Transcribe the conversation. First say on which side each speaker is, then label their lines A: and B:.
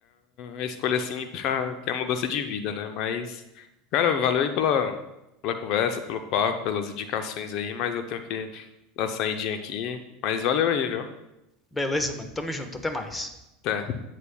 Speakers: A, on the left; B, on the left.
A: É a escolha assim para que é a mudança de vida, né? Mas, cara, valeu aí pela, pela conversa, pelo papo, pelas indicações aí, mas eu tenho que dar saidinha aqui. Mas valeu aí, viu?
B: Beleza, mano. Tamo junto. Até mais.
A: Até.